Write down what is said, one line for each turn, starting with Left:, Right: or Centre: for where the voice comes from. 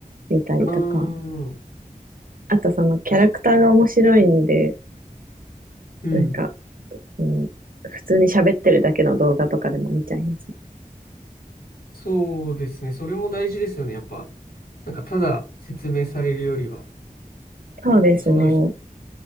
Right: 見たりとか、
Left: うーん。
Right: あとそのキャラクターが面白いんで、
Left: 確うん。
Right: なんか、うん、普通に喋ってるだけの動画とかでも見ちゃいますね。
Left: そうですね。それも大事ですよね。やっぱ、なんか、ただ説明されるよりは、
Right: そうですね。
Left: その人、